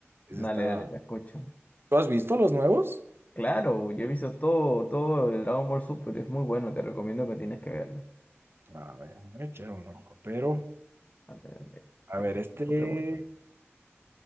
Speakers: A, on the right; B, on the left.
A: es
B: Dale,
A: está.
B: dale, te escucho.
A: ¿Tú has visto los nuevos?
B: Claro, yo he visto todo, todo de Dragon Ball Super, es muy bueno, te recomiendo que tienes que verla.
A: A ver, voy a echar un ojo, pero,
B: Dale, dale,
A: a
B: te
A: ver,
B: escucho
A: este
B: tu pregunta.